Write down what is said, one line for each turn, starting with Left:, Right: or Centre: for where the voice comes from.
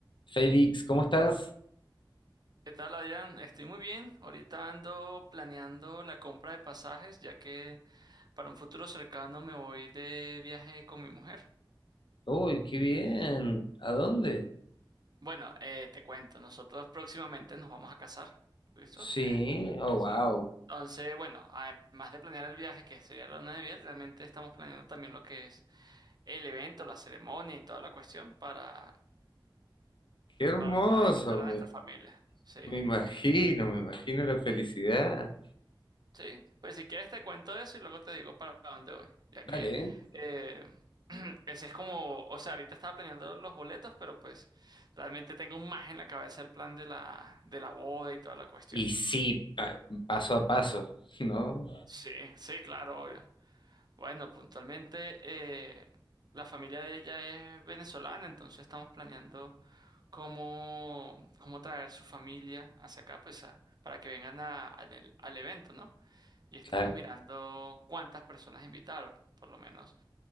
Left: Félix, ¿cómo estás?
Right: ¿Qué tal, Adrián? Estoy muy bien. Ahorita ando planeando la compra de pasajes, ya que para un futuro cercano me voy de viaje con mi mujer.
Left: Uy, qué bien. ¿A dónde?
Right: Bueno, eh, te cuento, nosotros próximamente nos vamos a casar. ¿Listo?
Left: Sí,
Right: Eh,
Left: oh,
Right: sí.
Left: wow.
Right: Entonces, bueno, además de planear el viaje, que sería la luna de miel, realmente estamos planeando también lo que es el evento, la ceremonia y toda la cuestión para,
Left: Qué hermoso,
Right: para invitar a
Left: me,
Right: nuestra familia. Sí.
Left: me imagino, me imagino la felicidad.
Right: Sí, pues si quieres te cuento eso y luego te digo para dónde voy, ya
Left: Vale.
Right: que eh, <clears throat> ese es como, o sea, ahorita estaba planeando los boletos, pero pues realmente tengo más en la cabeza el plan de la, de la boda y toda la cuestión.
Left: Y sí, pa- paso a paso, <laughs> ¿no?
Right: Sí, sí, claro, obvio. Bueno, puntualmente eh, la familia de ella es venezolana, entonces estamos planeando cómo, cómo traer su familia hacia acá, pues a- para que vengan a- a- al al evento, ¿no? y estamos
Left: Claro.
Right: mirando cuántas personas invitar, por lo menos.